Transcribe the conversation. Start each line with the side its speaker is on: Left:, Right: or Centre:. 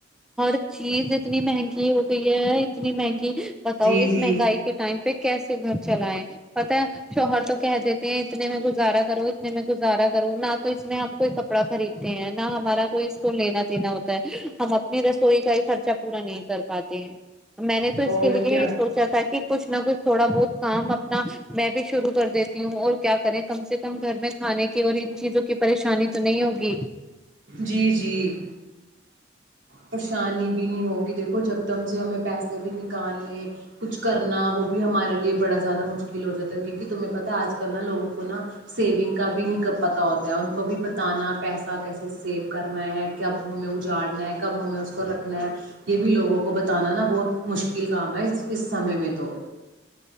Centre: ہر <unintelligible> چیز اتنی مہنگی ہو گئی ہے جتنی میںی <unintelligible> بتاؤ
Right: جی
Centre: اس
Right: جی
Centre: مہنگائی کے ٹائم پہ کیسے گھر چلائے پت ہے شوہر تو کہہ دیتے ہیں اتنے میں گزارا کرو میں گزارا کروں نہ تو اس میں ہم کو کپڑا خریدتے ہیں نہ ہمارا کوئی اس کو لینا <inaudible> ہم اپنی رسوئی کا ہی خرچہ پورا نہیں کر پاتے ہیں میں نے تو اس
Right: اور
Centre: کے لیے
Right: کیا
Centre: یہ سوچا تھا کہ کچھ نہ کچھ تھوڑا بہت کام اپنا میں بھی شرو کر دیتی ہوں اور کیا کریں کم سے کم گھر میں کھانے کی اور ان چیزوں کی پریشانی تو نہیں ہوگی
Right: جی جی پریشانی بھی نہیں ہوگی دیکھو جکدم سے ہمیں پیسے بھی نکالنے کچھ کرنا وہ بھی ہمارے لیے بڑا زیادہ مشکل ہو جاتا ہے کیونکہ تمہیں پتاہ ہے آج کل نا لوگوں کو نا سیونگ کا بھی نہیں پتا ہوتا ہے ان کو بھی بتانا پیسہ کیسے سیو کرنا ہے کب ہمیں اجاڑ کب ہمیں اس کو رکھ رنا یہ بھی لوگوں کو بتانا نا بہت مشکل کام ہے اس اس سمے میں تو